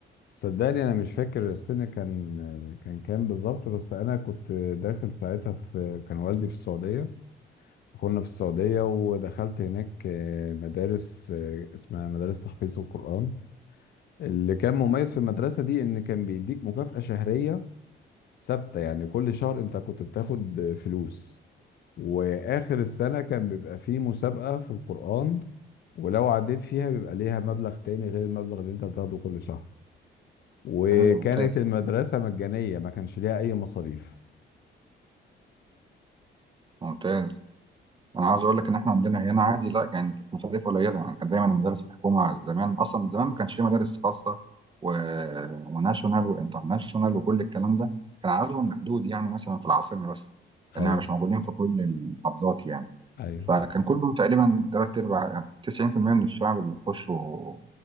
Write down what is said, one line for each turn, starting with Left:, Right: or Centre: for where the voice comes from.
Left: صدقني انا مش فاكر السنه كان كان كام بالظبط بس انا كنت داخل ساعتها في كان والدي في السعوديه كنا في السعوديه ودخلت هناك آه، مدارس آه، اسمها مدارس تحفيظ القران اللي كان مميز في المدرسه دي ان كان بيديك مكافاه شهريه ثابته يعني كل شهر انت كنت بتاخد فلوس واخر السنه كان بيبقى فيه مسابقه في القران ولو عديت فيها بيبقى ليها مبلغ تاني غير المبلغ اللي انت بتاخده كل شهر وكانت
Right: حلو ممتاز
Left: المدرسة مجانية ما كانش ليها أي مصاريف
Right: ممتاز انا عاوز اقول لك ان احنا عندنا هنا عادي لا يعني كانت مصاريف قليله يعني كانت دايما المدارس الحكومه زمان اصلا زمان ما كانش في مدارس خاصه و... وناشونال وانترناشونال وكل الكلام ده كان عددهم محدود يعني مثلا في العاصمه بس لانها
Left: ايوه
Right: مش موجودين في كل المحافظات يعني
Left: ايوه
Right: فكان كله تقريبا تلات أرباع 90% من الشعب بيخشوا